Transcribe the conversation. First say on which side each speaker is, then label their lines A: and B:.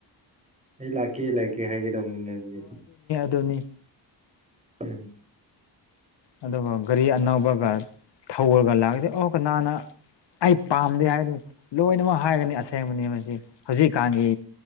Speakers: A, on the right; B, on the left.
A: ꯑꯩ ꯂꯥꯛꯀꯦ ꯂꯥꯛꯀꯦ ꯍꯥꯏꯒꯦ ꯗꯧꯕꯅꯤꯅ ꯑꯗꯨꯗꯤ
B: ꯑꯗꯣꯅꯤ
A: ꯎꯝ
B: ꯑꯗꯨꯒ ꯒꯥꯔꯤ ꯑꯅꯧꯕꯒ ꯊꯧꯔꯒ ꯂꯥꯛꯑꯒꯗꯤ ꯑꯣ ꯀꯅꯥꯅ ꯑꯩ ꯄꯥꯝꯗꯦ ꯍꯥꯏꯒꯅꯤ ꯂꯣꯏꯅꯃꯛ ꯍꯥꯏꯒꯅꯤ ꯑꯁꯦꯡꯕꯅꯦ ꯃꯁꯤ ꯍꯧꯖꯤꯛꯀꯥꯟꯒꯤ